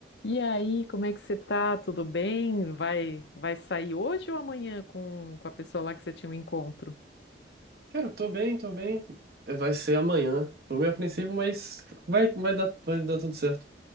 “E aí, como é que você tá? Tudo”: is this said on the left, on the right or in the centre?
Left